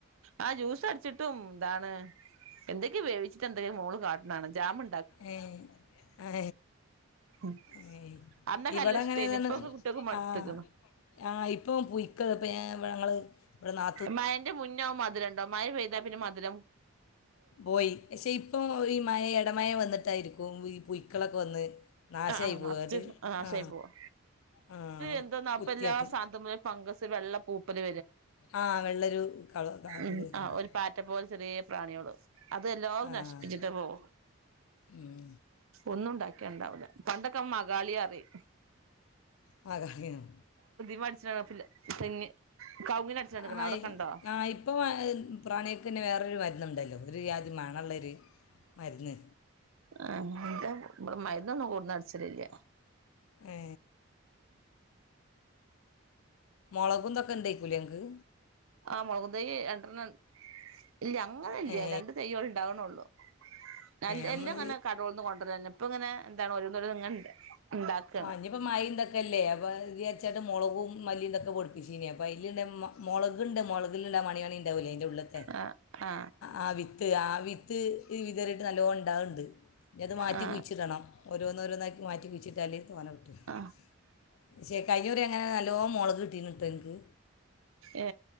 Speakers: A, on the right; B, on the left.
A: ആ ജ്യൂസടിച്ചിട്ടും എന്താണ് എന്തൊക്കെയെ വേവിച്ചിട്ട് എന്തൊക്കെ മോള് കാട്ടണ് കാണാ ജാമു
B: ഏ ഏ
A: ഉം
B: ഏ
A: അന്നൊക്കെ
B: ഇവടെങ്ങനെതാണ്
A: നല്ല ഇഷ്ടേനി ഇപ്പൊക്കെ കുട്ട്യേക്ക് മടുത്ത്ക്ക്ണ്
B: ആ ആ ഇപ്പോ പുയ്ക്കള് ഇപ്പൊ ഞാൻ ഇവടെ ഞങ്ങള് ഇവടെ നാ
A: മയന്റെ മുന്നെ മധ്രരണ്ടാവും മയ പെയ്താപ്പിന്നെ മധ്രം
B: പോയി ക്ഷെ ഇപ്പൊ ഈ മഴ എടമയ വന്നിട്ട് ഈ പുയ്ക്കളൊക്കെ വന്ന് നാശമായി
A: ആ ആ
B: പോകാട്ട്
A: നറച്ച് നാഷായി
B: ആ
A: പോവാ
B: ആ
A: എന്തോ
B: കുത്തിയാട്ട്
A: പ്പ എല്ലാ സാൻത്ത്മ്മലും ഫംഗസ് വെള്ള പൂ <unintelligible>
B: ആ വെള്ളൊരു കള കളറിൽ
A: ഉ
B: വരുന്നുണ്ട്
A: ആ ഒരു പാറ്റ പോലെ ചെറിയ പ്രാന്യാള് അതെല്ലോം
B: ആ
A: നശിപ്പിച്ചിട്ട് പോകു
B: ഉം.
A: ഒന്നുംണ്ടാ <unintelligible> ണ്ടാവൂല പണ്ടൊക്കെ മഗാളി റയും
B: ആ കളയും
A: <unintelligible> <unintelligible> തെങ്ങ് കവുങ്ങിന് അടിച്ചാണ്ട്ക്ക്ണ്
B: ആ
A: അവിടൊക്കെ ഉണ്ടോ
B: ആ ഇപ്പൊ പ്രാണിയൊക്കെന്നെ വേറെ മരുന്ന്ണ്ടല്ലോ ഒരു ജാതി മണള്ളൊര് രുന്ന്
A: ആ എന്താ ഇവടെ മരുന്നൊന്നും കൊട്ന്നടിച്ചലില്ല
B: ഏ, മുളകുംതൊക്കെ ഇണ്ടേക്കൂല്ലെ ങ്ങക്ക്
A: ആ മൊളകും തെയ്യ് രണ്ടെണ്ണം ഇന് ഇല്ല അങ്ങനെ ഇല്ല
B: ഏ
A: രണ്ട് തെയ്യള് ഇണ്ടാക്ണൊള്ളു എല്
B: നമ്മൾ
A: എല്ലാം ങ്ങനെ കടോള്ന്ന് കൊണ്ടോ ഇപ്പ ഇങ്ങനെ എന്താണ് ഓരോന്ന് ഓരോന്ന് ഇണ്ട ഇണ്ടാക്ക
B: ആ ഇനിയിപ്പോ മയ തൊക്കല്ലേ അവിച്ചാണ്ട് മോള മല്ലി തൊക്കെ പൊടിപ്പിച്ചീനി അയ്ല് മൊളക്ണ്ട് മൊളക <unintelligible> ലെ അയിന്റുള്ള്ത്തെ
A: ആ ആ
B: ആ വിത്ത് ആ വിത്ത് ഇത് വിതറീട്ട് നല്ലോം ണ്ടാവ്ണ്ട് ഇനി അത് മാറ്റി
A: ആ
B: കുയിച്ചിടണം ഓരോന്നോരോന്നാക്കി മാറ്റി കുയിച്ചിടണം <unintelligible> തോനെ കിട്ടും <unintelligible>
A: ആ
B: കഴിഞ്ഞൂറി അങ്ങനെ നല്ലോ മൊളക് കിട്ടീന്നുട്ടൊന്ക്ക്
A: ഏ